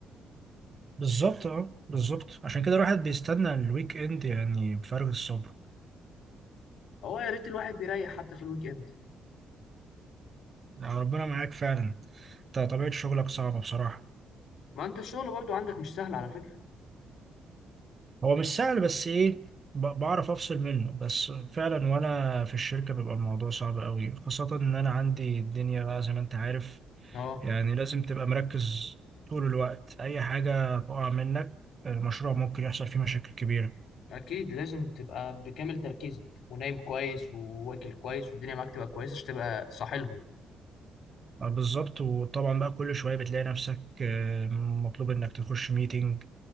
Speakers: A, on the right; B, on the left.
A: بالظبط اه بالظبط عشان كده الواحد بيستنى الويك اند يعني بفارغ الصبر
B: هو يا ريت الواحد بيريح حتى في الويك اند
A: يعني ربنا معاك فعلا انت طبيعه شغلك صعبه بصراحه
B: ما انت الشغل برضو عندك مش سهل على فكرة
A: هو مش سهل بس ايه ب- بعرف افصل منه بس فعلا وانا في الشركه بيبقى الموضوع صعب قوي خاصه ان انا عندي الدنيا بقى زي ما انت عارف
B: اه
A: يعني لازم تبقى مركز طول الوقت أي حاجة تقع منك المشروع ممكن يحصل فيه مشاكل كبيرة
B: اكيد لازم تبقى بكامل تركيزك ونايم كويس وواكل كويس والدنيا معاك تبقى كويسة عشان تبقى صاحي لهم
A: آه، بالظبط وطبعا بقى كل شوية بتلاقي نفسك آه، مطلوب إنك تخش ميتينج